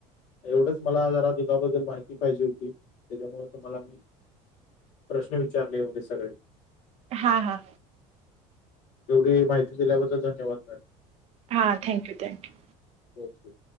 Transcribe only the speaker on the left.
एवढंच मला जरा दुधाबद्दल माहिती पाहिजे होती. त्याच्यामुळे तुम्हाला मी, प्रश्न विचारले येवढे सगळे.
एवढी माहिती दिल्याबद्दल धन्यवाद मॅडम.
ओके.